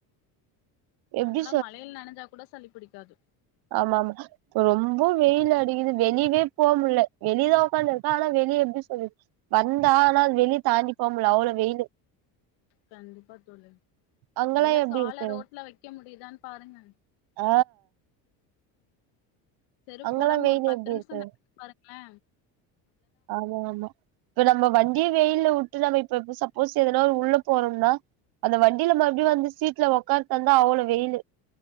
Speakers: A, on the left; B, on the right.
A: நம்மெல்லா
B: எப்டி
A: மழைல நனைஞ்சா கூட சளி பிடிக்காது
B: ஆமாமா ரொம்ப வெயில் அடிக்குது வெளியவே போக முடில வெளியதா உக்காந்துருக்கே ஆனா வெளிய எப்டி சொல்லு வந்தா ஆனா வெளிய தாண்டி போ முடில அவ்ளோ வெயிலு
A: கண்டிப்பா தோழி
B: அங்கெல்லா
A: முதல
B: எப்டி
A: கால
B: இருக்கு
A: ரோட்ல வெக்க முடியுதான் பாருங்க
B: ஆ
A: செருப்
B: அங்கெல்லா
A: போடாம
B: வெயில்
A: ஒரு பத்து
B: எப்டி
A: நிமிஷ
B: இருக்கு
A: நடந்து பாருங்ளே
B: ஆமா ஆமா இப்ப நம்ம வண்டிய வெயில உட்டு நம்ம இப்ப இப்ப சப்போஸ் எதனா ஒரு உள்ள போறம்னா அந்த வண்டில மறுபடியு வந்து சீட்ல ஒக்கான்ட்டு வந்தா அவ்ளோ வெயிலு